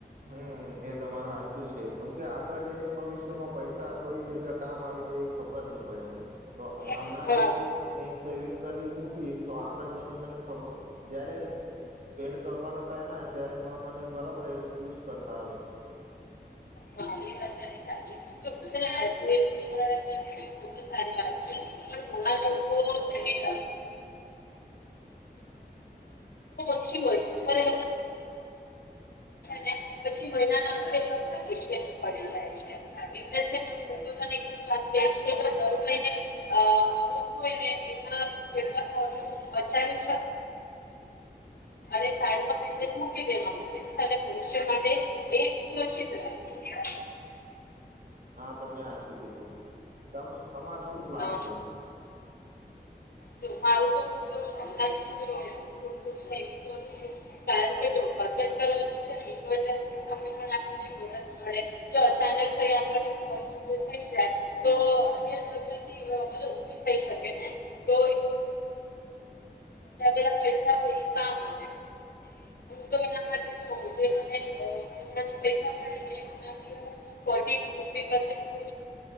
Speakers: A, on the right (about 55°); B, on the left (about 65°).
A: હમ્મ, એ તમારે હાચું છે કેમ કે આગળ જઈને ભવિષ્યમાં પૈ સા કોઈ જગ્યા કામ આવી જાય એ ખબર નહી પડે મને. તો હમણાં
B: હા
A: થી મેં સેવિંગ કરી મૂકીશ તો આગળ જઈને મને ખબર જય્યારે સ્પેન્ડ કરવાનો ટાઈમ આવે ત્યારે મને બરાબર યુઝ કરતા આવે.
B: હા એ વાત તારી સાચી જો છે ને પૂરેપૂરી ઈજારત નથી તો ખૂબ જ સારી વાત છે પણ ઘણા લોકો એની પછી હોય અને ને પછી મહિનાના અંતે લગગ મુશ્કેલી પડી જાય છે. એટલે છેને હૂ તો તને એકજ વાત કઇ કે જો દર મહિને અ આવક હોય ને એના જેટલા ભાગનું બચાવી સાઈડમા પેહલેથી જ મૂકી દેવાનું જેથી ત ભવિષ્ય માટે એ સુરક્ષિત રહે છે.
A: હા તમે હાચુ કીધું. તમે તમારે શું પ્લાન
B: હા
A: છે?
B: જો મારું તો હું તો હમણાંથી જો થોડું થોડું સેવિંગ કરું છું કારણ કે જો બચત કરવાથી છે ને ઇમરજન્સી સમય પણ આપણને મદદ મળે જો અચાનક કઈ આપને ખર્ચ ઉભો થઈ જાય તો અન્ય જરૂરિયાતી અ, મતલબ ઊભી થઈ શકે ને તો ામ આવે હું એના મને પૈસા મળેને એથી દઉ